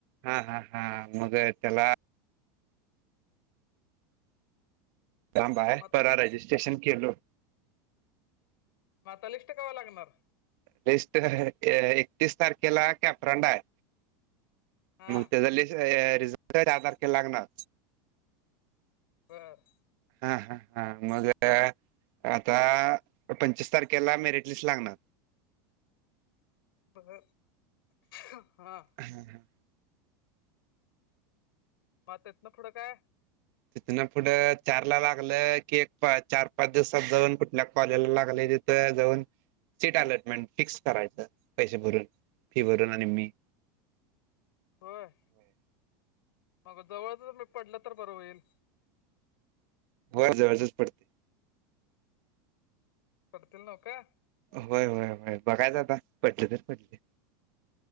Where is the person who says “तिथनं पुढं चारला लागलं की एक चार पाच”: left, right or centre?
Right